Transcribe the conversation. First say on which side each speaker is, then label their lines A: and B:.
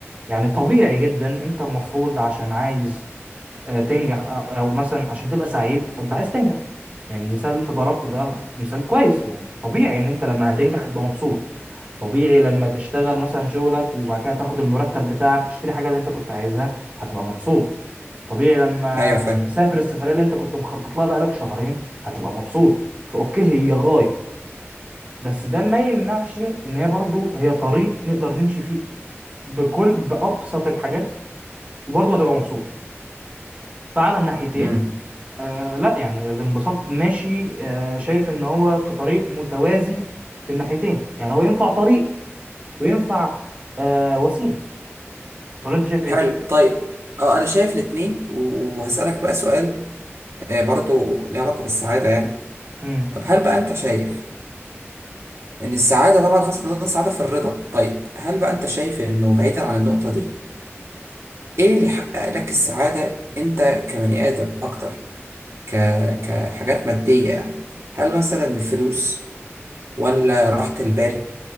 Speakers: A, on the right; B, on the right.
A: يعني طبيعي جدا انت المفروض عشان عايز آه، تنجح او أو مثلا عشان تبقى سعيد فانت عايز تنجح يعني المثال اللي انت ضربته ده مثال كويس يعني طبيعي ان انت لما هتنجح هتبقى مبسوط طبيعي لما تشتغل مثلا شغلك وبعد كده تاخد المرتب بتاعك وتشتري حاجة اللي انت كنت عايزها هتبقى مبسوط طبيعي لما
B: ايوه فاهم
A: تسافر السفرية اللي انت كنت مخطط لها بقالك شهرين هتبقى مبسوط فاوكي هي غاية بس ده ما يمنعش ان هي برضو هي طريق نقدر نمشي فيه بكل بأبسط الحاجات وبرضه هتبقى مبسوط فعلى الناحيتين
B: امم
A: آه لا يعني الانبساط ماشي آه شايف ان هو في طريق متوازي في الناحيتين يعني هو ينفع طريق وينفع آه وسيلة ولا انت شايف ايه؟
B: حلو طيب اه انا شايف الاتنين و- وهسألك بقى سؤال آه، برضه له علاقة بالسعادة يعني
A: امم
B: طب هل بقى انت شايف ان السعادة طبعا خاصة ان السعادة في الرضا طيب هل بقى انت شايف انه بعيدا عن النقطة دي ايه اللي يحقق لك السعادة انت كبني ادم اكتر ك...
A: امم
B: كحاجات مادية يعني هل مثلا الفلوس ولا راحة البال